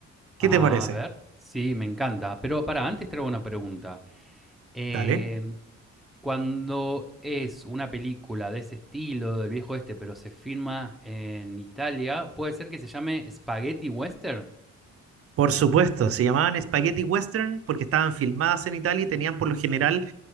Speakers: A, on the right; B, in the centre.
A: ¿Qué
B: A
A: te parece?
B: ver. Sí, me encanta. Pero para, antes traigo una pregunta. Eh,
A: Dale.
B: cuando es una película de ese estilo, del viejo este, pero se filma en Italia, puede ser que se llame Spaghetti Western.
A: Por supuesto, se llamaban Spaghetti Western porque estaban filmadas en Italia y tenían por lo general